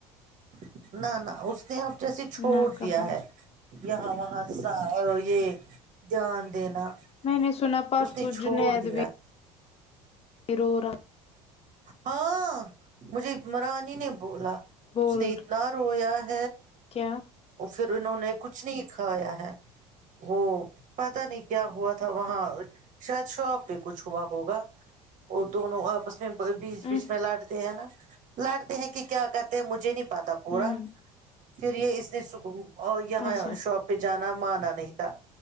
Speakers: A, on the right; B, on the left.
A: <unintelligible> نہ نہ اس نے آپ <unintelligible> ج چھوڑ
B: نہ
A: <inaudible>
B: کہاں
A: دیا ہے <inaudible> یہاں وہاں س یہ جان دینا <unintelligible>
B: میں نے سنا پرسو
A: اس نے چھوڑ
B: جنید
A: دیا
B: بھی <unintelligible> بی رو رہا <inaudible>
A: ہاں مجھے عمرانی نے بولا <unintelligible>
B: بول
A: اس نے اتنا رویا <unintelligible>
B: کیا <inaudible>
A: اور پھر انہوں نے کچھ نہیں کھایا ہے وہ پتا نہیں کیا ہوا تھا وہاں شاید شاپ پہ کچھ ہوا ہوگا وہ دونوں ا <unintelligible> اسنے <inaudible> بیچ
B: ہوں
A: بیچ میں لٹتے ہیں نا <unintelligible> لڑتے ہیں کہ کیا کرتے ہیں مجھے نہیں <unintelligible> پتاہ پورا
B: ہوں
A: <inaudible> پھر یہ اسنے د سک <unintelligible> اور یہاں
B: اچھا
A: شاپ پہ جانا <unintelligible> مانا نہیں تھا